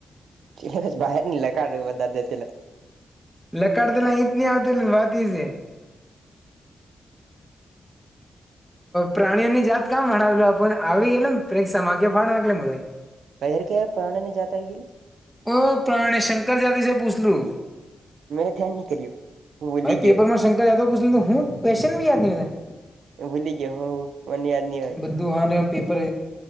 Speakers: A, on the right; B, in the centre.
A: સિલેબસ બાર ની લકાઢ પદાર્ધ દેતે લા.
B: લકાર દેલા ઇતની આવતીને વાત ઈ સે. પ્રાણીઓની જાત કામ ભણાવલુ આપને પણ આવી ગેલુને પરીક્ષામાં એક સમાખ્યા <unintelligible>
A: કયાર કયા પ્રાણી ની જાત આવી ગેલી?
B: ઓ પ્રાણી શંકર જાતિ છે પૂછલું.
A: મે ધ્યાન ની કર્યું. હું ભૂલી
B: ભાઈ પેપર
A: ગયો
B: માં શંક યાદવ પૂછ લીધું, હું ક્એસશન બી યાદ ની હોય તને?
A: ભૂલી ગ્યો હું, મને યાદ ની હોય.
B: <unintelligible> હા પપર